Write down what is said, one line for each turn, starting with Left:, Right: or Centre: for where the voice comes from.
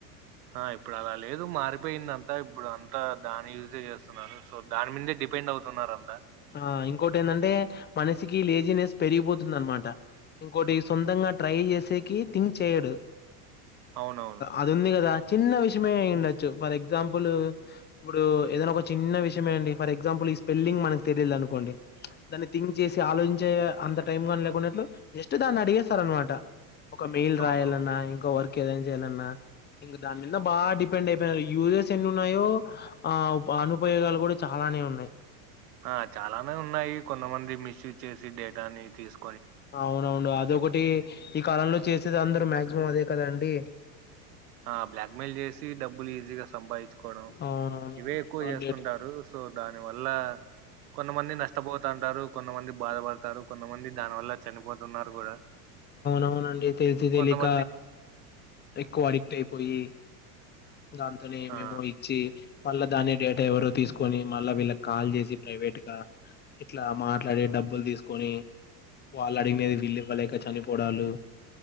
Right: ఆ ఇప్పుడు అలా లేదు మారిపోయిందంతా ఇప్పుడు అంతా దాని యూజే చేస్తున్నారు. సో దాని మీదే డిపెండ్ అవుతున్నారంతా
Left: ఆ ఇంకోటి ఏంటంటే మనసికి లేజినెస్ పెరిగిపోతుంది అనమాట ఇంకోటి సొంతంగా ట్రై చేసేకి థింక్ చేయడు
Right: అవునవును
Left: అది ఉంది కదా చిన్న విషయమే అయి ఉండచ్చు ఫర్ ఎగ్జాంపుల్ ఇప్పుడు ఏదైనా ఒక చి చిన్న విషయమేండి ఫర్ ఎగ్జాంపుల్ ఈ స్పెల్లింగ్ మకు తెలియదు అనుకోండి దాన్ని థింక్ చేసి ఆలోచించే అంత టైమ్ గాని లేకున్నట్లు జస్ట్ దాన్ని అడిగేస్తారు అనమాట ఒక మేల్
Right: అవునవును
Left: రాయాలన్నా ఇంకో వర్క్ ఏదైనా చెయ్యాలన్నా ఇంక దాని మీద బాగా డిపెండ్ అయిపోయినారు యూసెస్ ఎన్ని ఉన్నాయో ఆ ఉప అనుపయోగాలు కూడా చాలానే ఉన్నాయి
Right: ఆ చాలానే ఉన్నాయి కొంతమంది మిస్ యూజ్ చేసి డేటాని తీసు
Left: అవునవును అదొకటి ఈ కాలంలో చేసేది అందరూ మాక్సిమం అదే కదాండి
Right: ఆ బ్లాక్ మెయిల్ చేసి డబ్బులు ఈజీగా సంపాదించుకోవడం
Left: అవునవును
Right: ఇవే ఎక్కువ చేస్తుంటారు
Left: డేట్
Right: సో దాని వల్ల కొంతమంది నష్టపోతంటారు కొంతమంది బాధపడతారు కొంతమంది దాని వల్ల చనిపోతున్నారు కూడా
Left: అవునండి తెలిసి తెలిక
Right: కొంతమంది
Left: ఎక్కువ అడిక్ట్ అయిపోయి దానితోనే
Right: ఆ
Left: మేమోరీ చ్చి మళ్ళా దాన్నీ డేటా ఎవరో తీసుకొని మళ్ళా వీళ్ళకి కాల్ చేసి ప్రైవేట్ గా ఎట్లా అమా అడిగి డబ్బులు తీసుకొని వాళ్ళు అడిగినది వీళ్ళు ఇవ్వలేక చనిపోడాలు